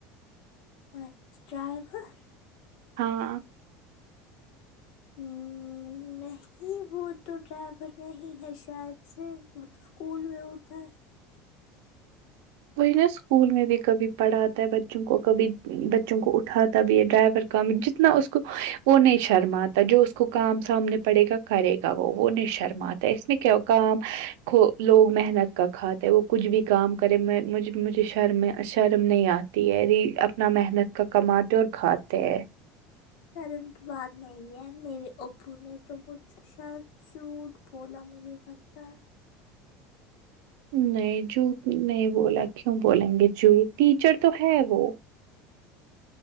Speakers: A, on the left; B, on the right.
A: اچھا ڈرائیورور
B: ہاں
A: ہمممم نہیںی وہ تو ڈرائیور نہیں ہے شاید سے وہ اسکول میں ہوتا ہے
B: وہی نا اسکول میں بھی کبھی پڑھاتا ہے بچوں کو کبھی بچوں کو اٹھاتا بھی ڈرائیور کا جتنا اس کو وہ نہیں شرم آتا جو اس کو کام سامنے پڑے گا کرے گا وہ نہیں شرماتے اس میں کا کام ک لوگ محنت کا کھاتے ہیں وہ کچھ بھی کام کرے میں مجھ مجھے شرم شرم نہیں آتی ہے اپنا محنت کا کماتے اور کھاتے ہیں
A: سرم کی بات نہیں ہے میرے ابو نے تو مجھ سے شا چوٹ بولا مجھے لگتا ہے
B: نہیں جو نہیں بولا کیوں بولیں گے جر ٹیچر تو ہے وہ